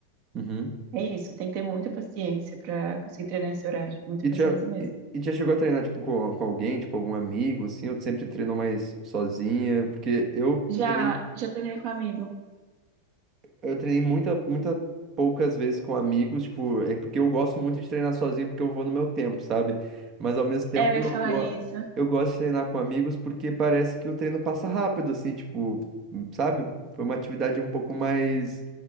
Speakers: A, on the right; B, on the right.
A: uhum.
B: É isso, tem que ter muita paciência pra conseguir treinar esse horário. Muita
A: E
B: paciência
A: tu já,
B: mesmo.
A: e, e tu já chegou a treinar, tipo, com, com alguém, tipo, algum amigo, assim, ou tu sempre treinou mais sozinha? Porque eu
B: Já,
A: treinei,
B: já treinei com um amigo.
A: eu treinei muita, muita poucas vezes com amigos, tipo, é porque eu gosto muito de treinar sozinho, porque eu vou no meu tempo, sabe? Mas ao mesmo tempo
B: É, eu ia
A: eu,
B: falar
A: go-
B: isso.
A: eu gosto de treinar com amigos porque parece que o treino passa rápido, assim, tipo, sabe? Foi uma atividade um pouco mais